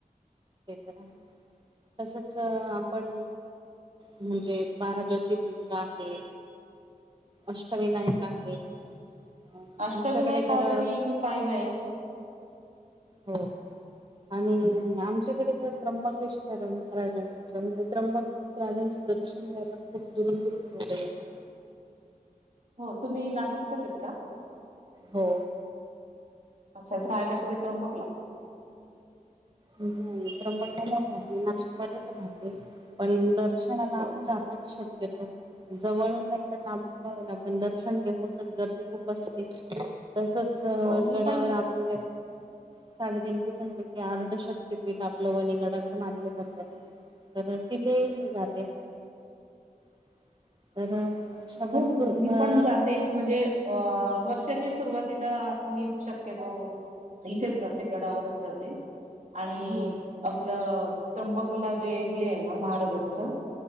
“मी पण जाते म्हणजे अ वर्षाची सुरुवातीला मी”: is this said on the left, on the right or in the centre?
Right